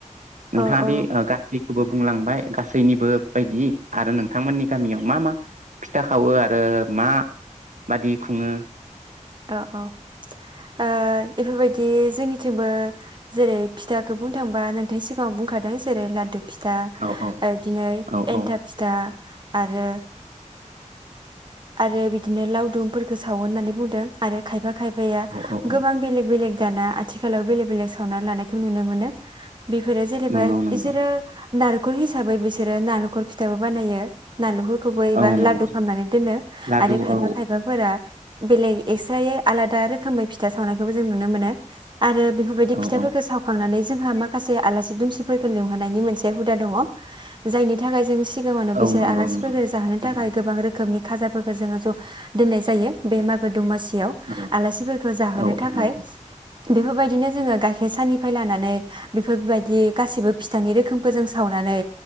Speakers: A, on the right; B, on the right.
A: औ
B: नोंथांआदि
A: औ
B: ओ गाससि खौबो बुंलांबाय गासैनिबो बायदि आरो नोंथांमोननि गामियाव मा मा फिथा खावो आरो मा बादि खुङो
A: अ -अ ओ बेफोरबायदि जोंनिथिंबो जेरै फिथाखो बुंनो थांबा नोंथांनि सिगाङाव बुंखादों जेरै लाडु फिथा
B: औ औ
A: ओ इदिनै
B: औ
A: एन्थाब फिथा आरो- आरो बि दिनो लावदुमफोरखो सावो होननानै बुंदों आरो खायफा खायफाया
B: औ औ औ
A: गोबां बेलेग-बेलेग दाना आथिखालाव बेलेग - बेलेग सावना लानायखौ नुनो मोनो बेफोरो जेनेबा
B: नंगौ नंगौ
A: बिसोरो नार हिसाबै बिसोरो नालेंखर फिथाबो बानायायो नालेंखर खोबो एबा
B: औ नंगौ
A: लादु खामनानै दोनो
B: लादु
A: आरो खाय
B: औ
A: फा खायफाफोरा बेलेग एक्सस्रायै आलादा रोखोमै फिथा सावनायखौबो जों नुनो मोनो आरो बेफोरबायदि
B: औ
A: फिथाफोरखौ
B: औ
A: सावखांनानै जोंहा माखासे आलासि दुमसिफोरखौ लिंहोनायनि मोनसे हुदा दंङ जायनि थाखाय जों सिगाङावनो
B: औ
A: बिसोर
B: नंगौ
A: आलासिफोर
B: नंगौ
A: जाहोनो
B: नंगौ
A: थाखाय गोबां रोखोमनि खाजाफोरखौ जोंङो ज दोननाय जायो बे मागो दमासि याव
B: औ
A: आलासिफोरखौ जाहोनो
B: औ औ
A: थाखाय
B: नंगौ
A: बेफोरबायदिनो जोंङो गाइखेर साननिफ्राय लानानै बेफोरबायदि गासैबो फिथानि रोखोमखौ जों सावनानै